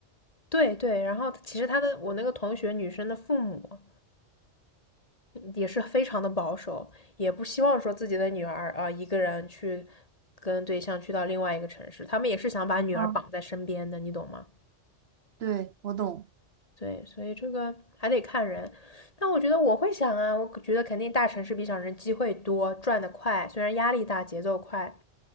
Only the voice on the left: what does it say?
对对，然后其实他的我那个同学女生的父母，也是非常的保守，也不希望说自己的女儿啊、呃一个人去跟对象去到另外一个城市，他们也是想把女儿绑在身边的，
你懂吗？
对，所以这个还得看人，但我觉得我会想啊，我觉得肯定大城市比小城市机会多，赚得快，虽然压力大，节奏快，